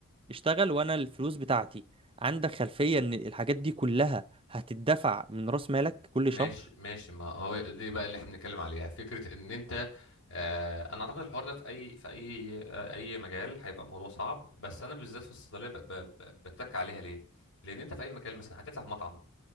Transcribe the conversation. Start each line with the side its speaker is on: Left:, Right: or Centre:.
Right: اشتغل وانا الفلوس بتاعتي عندك خلفية ان الحاجات دي كلها هتدفع من راس مالك كل
Left: ماشي
Right: شهر
Left: ماشي ما هو دي بقى اللي احنا بنتكلم عليها فكره ان انت آه انا اعتقد الحوار ده في اي في اي آه اي مجال هيبقى الموضوع صعب بس انا بالذات في الصيدليه ب- ب- ب- بتك عليها ليه لان انت في اي مكان مثلا هتفتح مطعم